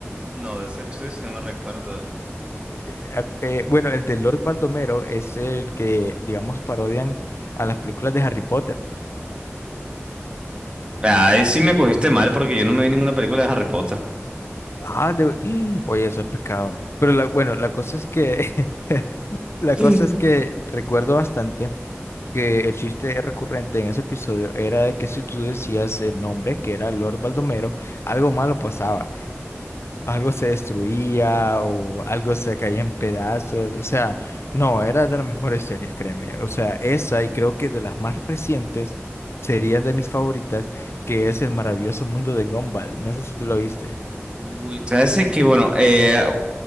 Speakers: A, on the right; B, on the left.
A: No, de ese episodio sí no me recuerdo.
B: Eh, ac- eh, bueno, el de Lord Baldomero es el que, digamos, parodian a las películas de Harry Potter.
A: Ahí sí me cogiste
B: No
A: mal porque yo no me vi ninguna película de Harry Potter.
B: Ah, de- <gasps> Oye, eso es pecado. Pero la- bueno, la cosa es que <laughs> la
A: Mm.
B: cosa es que recuerdo bastante que el chiste recurrente en ese episodio era de que si tú decías el nombre, que era Lord Baldomero, algo malo pasaba, algo se destruía o algo se caía en pedazos. O sea, no, era de las mejores series, créeme. O sea, esa y creo que de las más recientes serían de mis favoritas, que es El maravilloso mundo de Gumball. No sé si tú lo viste.
A: Uy, sabes Es que bueno, eh,